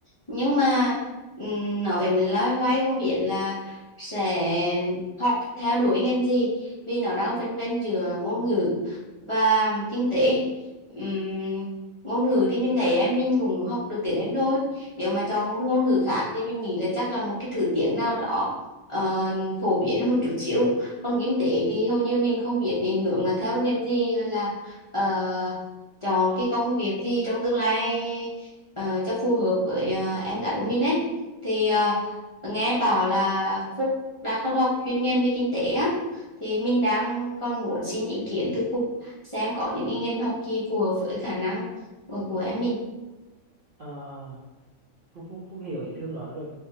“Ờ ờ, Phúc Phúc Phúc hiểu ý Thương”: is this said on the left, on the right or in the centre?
Right